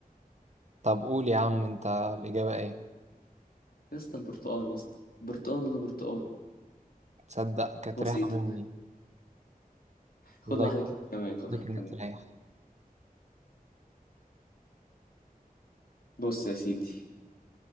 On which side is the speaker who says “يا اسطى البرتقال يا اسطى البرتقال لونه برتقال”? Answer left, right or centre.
Left